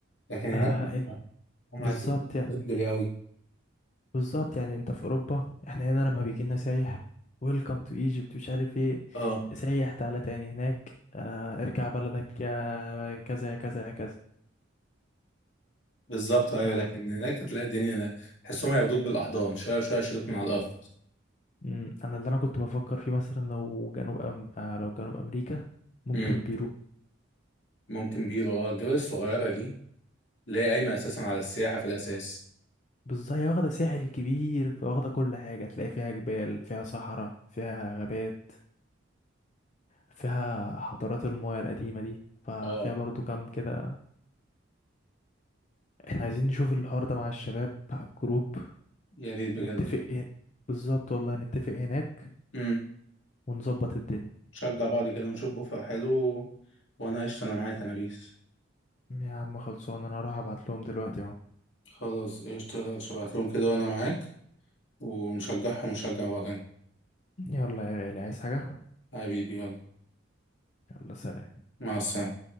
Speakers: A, on the left; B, on the left.
A: لكن هناك
B: آه إنت-
A: هم
B: بالظبط
A: هتلاقيهم
B: يعني.
A: فريندلي قوي
B: بالظبط يعني انت في اوروبا احنا هنا لما بيجي لنا سايح ويلكم تو ايجيبت مش عارف ايه
A: اه
B: سايح تعالى تاني هناك اه ارجع بلدك يا كذا يا كذا يا كذا
A: بالظبط ايوه
B: ف
A: لكن هناك تلاقي الدنيا أنا- تحسهم هياخدوك بالاحضان شويه شويه يشيلوك من على الارض
B: مم، انا اللي انا كنت بفكر فيه مثلا لو جنوب أم... اه لو جنوب امريكا ممكن
A: امم
B: بيرو
A: ممكن بيرو اه الدول الصغيره دي اللي هي قايمه اساسا على السياحه في الاساس
B: بالظبط هي واخده ساحل كبير فواخده كل حاجه تلاقي فيها جبال فيها صحراء فيها غابات فيها حضارات المايا القديمه دي ففيها
A: اه
B: برضو كام كده احنا عايزين نشوف الحوار ده مع الشباب مع الجروب
A: يا ريت بجد
B: نتفق ايه بالظبط والله نتفق هناك
A: امم
B: ونظبط الدنيا
A: نشجع بعض كده ونشوف اوفر حلو وانا قشطه انا معاك انا بيس
B: يا عم خلصان انا هروح ابعت لهم دلوقتي اهو
A: خلاص قشطه ابعت لهم كده وانا معاك ونشجعهم ونشجع بعضنا
B: يلا يا غالي عايز حاجة
A: حبيبي يلا
B: يلا سلام
A: مع السلامه